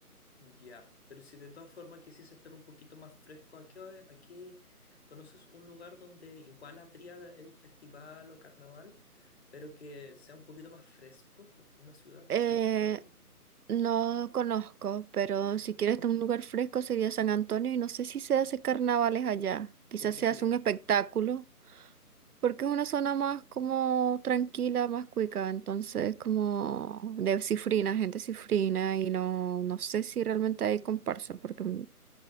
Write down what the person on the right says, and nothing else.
Eh,
no conozco, pero si quieres un lugar fresco sería San Antonio y no sé si se hace carnavales allá. Quizás
se
hace un espectáculo, porque es una zona más como tranquila, más cuica, entonces como de cifrina, gente cifrina y no, no sé si realmente hay comparsa, porque